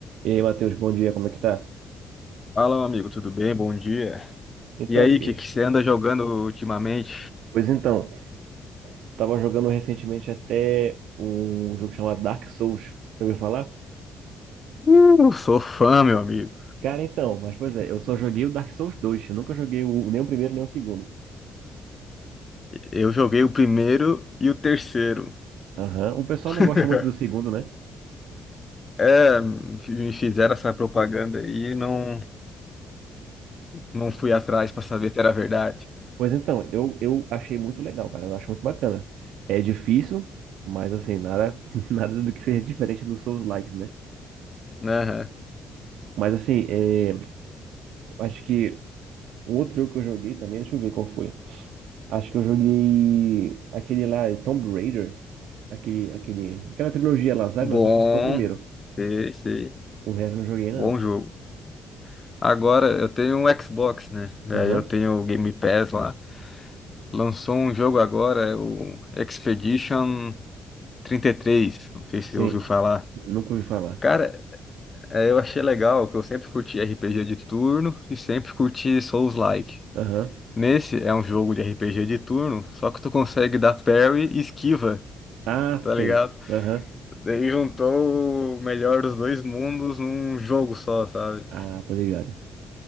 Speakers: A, on the right; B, on the left.
A: E aí, Matheus, bom dia, como é que tá?
B: Fala, meu amigo, tudo bem? Bom dia.
A: Então,
B: E aí,
A: porque.
B: o que que você anda jogando ultimamente?
A: Pois então, tava jogando recentemente até um jogo chamado Dark Souls. Já ouviu falar?
B: Uh, sou fã, meu amigo.
A: Cara, então, mas pois é, eu só joguei o Dark Souls dois. eu nunca joguei o, nem o primeiro nem o segundo.
B: Eu joguei o primeiro e o terceiro.
A: Aham, O pessoal
B: <laughs>
A: não gosta muito do segundo, né?
B: É, me fizeram essa propaganda aí e não, não fui atrás pra saber se era verdade.
A: Pois então, eu, eu achei muito legal, cara, eu acho muito bacana. É difícil, mas assim, nada, <laughs> nada do que seja diferente dos Souls-likes, né?
B: Aham.
A: Mas assim, é, acho que o outro jogo que eu joguei também, deixa eu ver qual foi. Acho que eu joguei aquele lá, Tomb Raider, aquele, aquele, aquela trilogia lá, sabe?
B: Bom,
A: Mas eu joguei só o primeiro.
B: sei, sei.
A: O resto eu não joguei, não.
B: Bom jogo. Agora eu tenho um Xbox, né? Daí
A: Aham,
B: eu tenho o Game Pass lá. Lançou um jogo agora, é o Expedition trinta e três Não sei se
A: Sim.
B: você ouviu falar.
A: Nunca ouvi falar.
B: Cara, eh, eu achei legal que eu sempre curti RPG de turno e sempre curti Souls-like.
A: Aham.
B: Nesse é um jogo de RPG de turno, só que tu consegue dar parry e esquiva,
A: Ah, sei.
B: tá ligado?
A: Aham.
B: Daí juntou o melhor dos dois mundos num jogo só, sabe?
A: Ah, tô ligado.